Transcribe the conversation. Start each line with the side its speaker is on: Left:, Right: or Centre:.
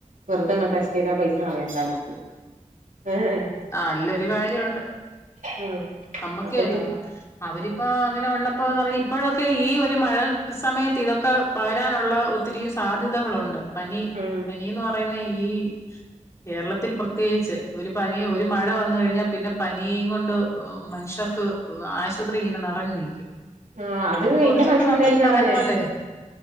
Right: വെറുതെ ഇങ്ങ ടെസ്റ്റിതാ ആ പൈ കളയണ്ടാന്ന് ഏ ഏ
Left: ആ അല്ലോരു കാര്യോണ്ട്.
Right: ആഹ്
Left: നമ്മുക്കെ
Right: അപ്പൊ പിന്നെ
Left: ന്നാ അവരിപ്പോ അങ്ങനെ ഒള്ളപ്പോ പറയു ഇപ്പോഴക്കെ ഈ ഈ ഒരു മഴ സമയത്ത് ഇതൊക്കെ പകരാനുള്ള ഒത്തിരി സാധ്യതകളോണ്ട്. പനി
Right: ആഹ്
Left: പനീന്ന് പറയുന്ന ഈ കേരളത്തിൽ പ്രത്യേകിച്ച് ഒരു പനി ഒരു മഴ വന്നു കഴിഞ്ഞാ പിന്നെ പനീം കൊണ്ട് മനുഷ്യ ർക്ക് ആശുപത്രി ഇങ്ങന നെറഞ്ഞു നിക്കും.
Right: ആഹ് അത്
Left: പിന്നെ
Right: കഴിഞ്ഞ
Left: കൊറച്ചൊക്കെ
Right: പ്രാവശ്യം
Left: നമ്മൾ
Right: ഉണ്ടായിരുന്നു
Left: ഈ പറയണ
Right: അങ്ങനെ
Left: പോലെ